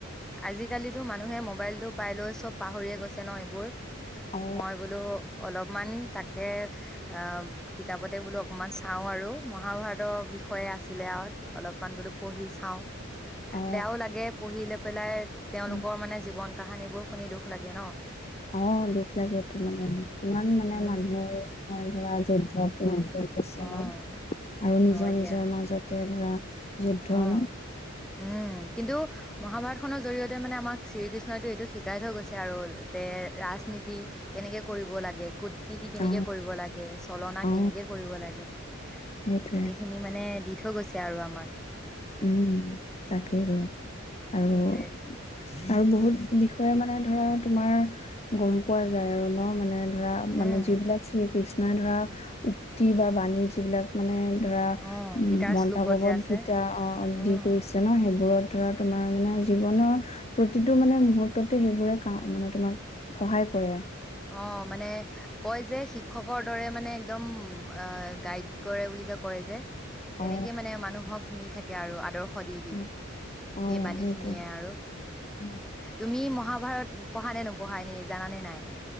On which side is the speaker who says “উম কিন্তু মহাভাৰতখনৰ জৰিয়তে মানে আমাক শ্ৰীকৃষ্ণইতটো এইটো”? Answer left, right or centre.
Centre